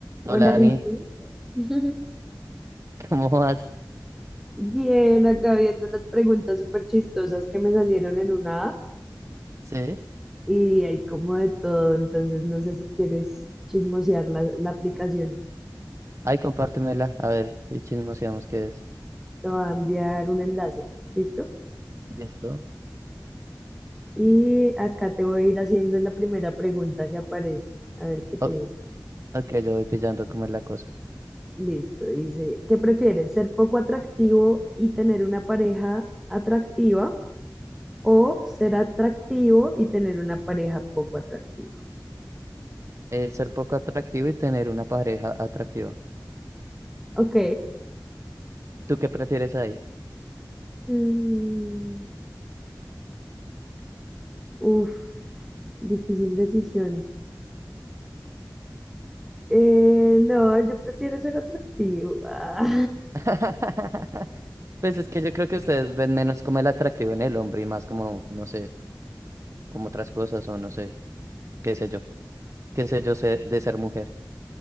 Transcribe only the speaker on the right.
Hola Dani,
<laughs> ¿cómo vas?
Sí,
ay, compártemela, a ver, y chismoseamos qué es.
¿Listo?
O- ok, yo voy pillando cómo es la cosa.
Eh, ser poco atractivo y tener una pareja atractiva.
¿Tú qué prefieres ahí?
<laughs> Pues es que yo creo que ustedes ven menos como el atractivo en el hombre y más como, no sé, como otras cosas o no sé, qué sé yo, qué sé yo sé de ser mujer.